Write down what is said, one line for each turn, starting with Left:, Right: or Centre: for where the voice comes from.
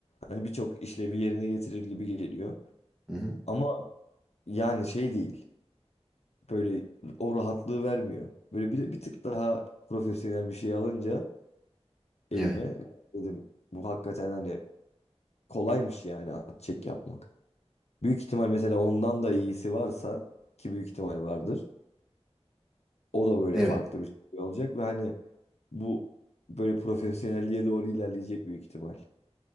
Left: hani birçok işlevi yerine getirir gibi geliyor.
Centre: Hı hı.
Left: Ama yani şey değil. Böyle o rahatlığı vermiyor. Böyle bir, bir tık daha profesyonel bir şey alınca elime
Centre: Evet,
Left: dedim bu hakikaten hani kolaymış yani at çek yapmak. Büyük ihtimal mesela ondan da iyisi varsa ki büyük ihtimal vardır. O da böyle
Centre: evet.
Left: farklı bir şey olacak ve hani Bu böyle profesyonelliğe doğru ilerleyecek büyük ihtimal.